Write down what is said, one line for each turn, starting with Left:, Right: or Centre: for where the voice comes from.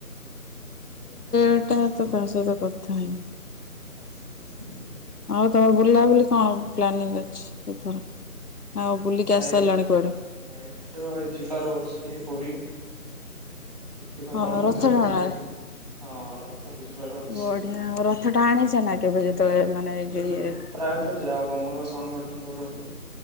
Left: ଏଟା ତା ସହିତ କଥା ହେଇନି
Right: ଆଚ୍ଛା ଆଚ୍ଛା
Left: ଆଉ ତମ ବୁଲାବୁଲି କଣ ପ୍ଲାନିଂ ଅଛି ଏଥର? ଆଉ ବୁଲିକି
Right: ନେଷ୍ଟ୍
Left: ଆସି ସାରିଲଣି କୁଆଡେ?
Right: ନେଷ୍ଟ୍ ଯିବାର ଅଛି ପୁରୀ। ଦେଖିବା
Left: ହଁ
Right: କଣ ହଉଛି
Left: ରଥ
Right: ରାତି
Left: ଟଣାରେ
Right: ରେ ଯିବୁ। ହଁ ରଥ ରେ ଯିବାର ଅଛି।
Left: ବଢିଆ ଆଉ ରଥ ଟାଣିଛ ନା କେବେ ଯେତେବେଳେ ମାନେ ଏଇ
Right: ହୁଁ
Left: ଯୋଉ ଇଏରେ
Right: ପ୍ରାୟ ତ ଯାଆଉ ଆମର ସଂଗଠନ ତରଫରୁ ଯାଉ ଆମେ